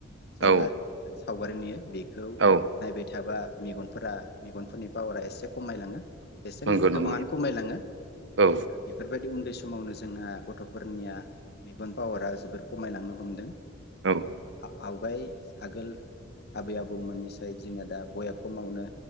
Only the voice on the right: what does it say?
औ
औ
नंगौ
नंगौ
औ
औ